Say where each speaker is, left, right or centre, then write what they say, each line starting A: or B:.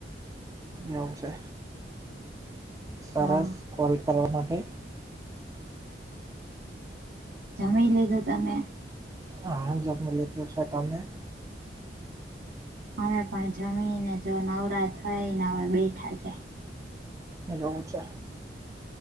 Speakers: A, on the right; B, on the right.
A: એવું છે સરસ
B: હા
A: કોલ કરવા માટે
B: જમી લીધું તમે
A: હા જમિ લિધુ છે તમે?
B: અમે પણ જમીને જો નવરા થઈને હવે બેઠા છે.
A: એલેવું છે